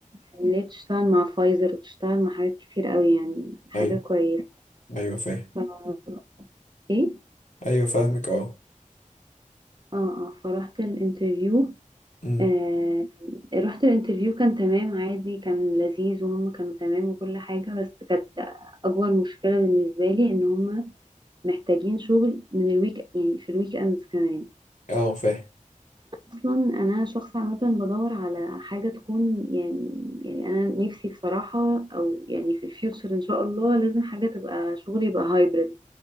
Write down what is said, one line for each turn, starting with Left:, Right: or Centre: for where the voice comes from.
Right: يعني اللي هي بتشتغل مع فايزر وبتشتغل مع حاجات كتير قوي يعني حاجة
Left: ايوه
Right: كويسة
Left: ايوه فاهم
Right: ف- ايه
Left: ايوه فاهمك اه
Right: اه اه فروحت الانترفيو
Left: امم
Right: آه رحت الانترفيو كان تمام عادي كان لذيذ وهم كانوا تمام وكل حاجة بس كانت أكبر مشكلة بالنسبة لي إن هم محتاجين شغل من الويك يعني في الويك أندز كمان
Left: اه فاهم
Right: أصلا أنا شخص عامة بدور على حاجة تكون يعني يعني أنا نفسي بصراحة أو يعني في الفيوتشر إن شاء الله لازم حاجة تبقى شغلي يبقى هايبرد